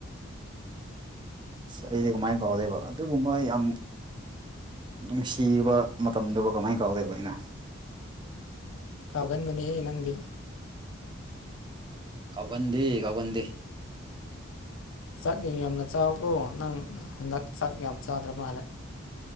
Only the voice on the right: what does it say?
ꯑꯩꯗꯤ ꯀꯃꯥꯏꯅ ꯀꯥꯎꯗꯣꯏꯕ ꯑꯗꯨꯒꯨꯝꯕ ꯌꯥꯝ ꯅꯨꯡꯁꯤꯕ ꯃꯇꯝꯗꯨꯕꯨ ꯀꯃꯥꯏꯅ ꯀꯥꯎꯗꯣꯏꯕ ꯑꯩꯅ꯫
ꯀꯥꯎꯒꯟꯗꯦ ꯀꯥꯎꯒꯟꯗꯦ꯫